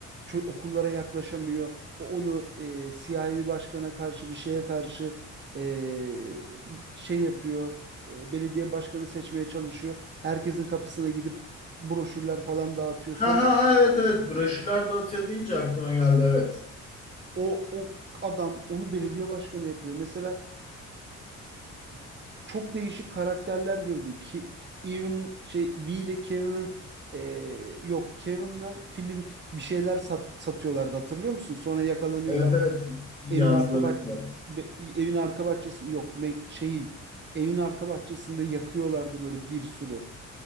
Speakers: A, on the right; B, on the left.
A: Ço- okullara yaklaşamıyor. O onu e, siyahi bir başkana karşı bir şeye karşı e, şey yapıyor. E, belediye başkanı seçmeye çalışıyor. Herkesin kapısına gidip broşürler falan dağıtıyor.
B: Ha
A: Sonra
B: ha ha evet evet. Broşürler dağıtıyor deyince aklıma geldi evet.
A: o o adam onu belediye başkanı yapıyor. Mesela çok değişik karakterler girdi. Ki, Even şey V ile Kevin'in e, yok Kevin'la film bir şeyler sat, satıyorlardı hatırlıyor musun? Sonra yakalanıyorlar.
B: Evet evet. Yazları
A: Evin arka bah
B: falan.
A: be- evin arka bahçesinde yok me- şeyin evin arka bahçesinde yakıyorlardı böyle bir sürü.